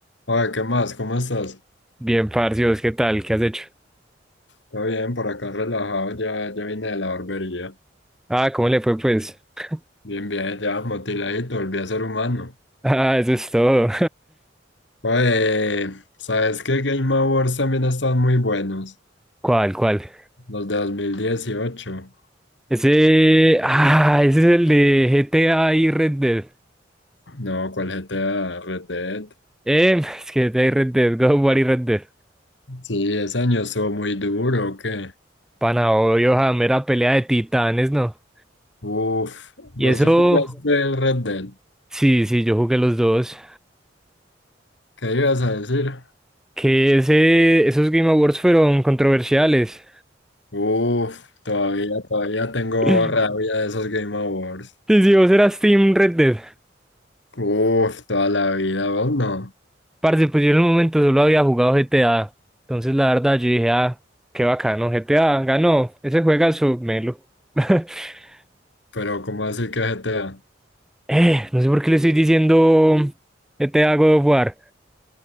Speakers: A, on the left; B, in the centre.
A: Oye, ¿qué más? ¿Cómo estás?
B: Bien, parcios, ¿qué tal? ¿Qué has hecho?
A: Todo bien, por acá relajado, ya, ya vine de la barbería.
B: Ah, ¿cómo le fue, pues? <laughs>
A: Bien, bien, ya motiladito, volví a ser humano.
B: Ah, eso es todo.
A: Oye, ¿sabes qué Game Awards también están muy buenos?
B: <laughs> ¿Cuál, cuál?
A: Los de dos mil dieciocho
B: Ese. Ah, ese es el de GTA y Red Dead.
A: No, ¿cuál GTA? Red Dead.
B: Eh, <laughs> es que GTA y Red Dead, God of War y Red Dead.
A: Sí, ese año estuvo muy duro, ¿o qué?
B: Pana, obvio, ja, mera pelea de titanes, ¿no?
A: Uf, ¿vos
B: Y eso.
A: jugaste el Red Dead?
B: Sí, sí, yo jugué los dos.
A: ¿Qué ibas a decir?
B: Que ese. Esos Game Awards fueron controversiales.
A: Uf, todavía, todavía tengo
B: <laughs>
A: rabia de esos Game Awards.
B: Sí, sí, vos eras Team Red Dead.
A: Uf, toda la vida, vos no.
B: Parce, pues yo en el momento solo había jugado GTA. Entonces la verdad yo dije, ah, qué bacano, GTA ganó. Ese juegazo, melo. <laughs>
A: Pero ¿cómo así que GTA?
B: Eh, no sé por qué le estoy diciendo GTA God of War.